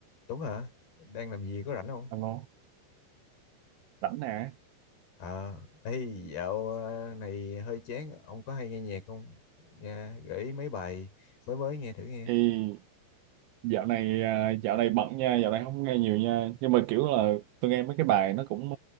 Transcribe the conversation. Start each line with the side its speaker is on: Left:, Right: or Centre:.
Left: Tuấn hả? Đang làm gì có rảnh không?
Right: Alo, rảnh nè.
Left: Ờ, ê, dạo ờ, này hơi chán, ông có hay nghe nhạc không? Nha, gợi ý mấy bài mới mới nghe thử nghe.
Right: Thì dạo này à, dạo này bận nha, dạo này không nghe nhiều nha. Nhưng mà kiểu là tôi nghe mấy cái bài nó cũng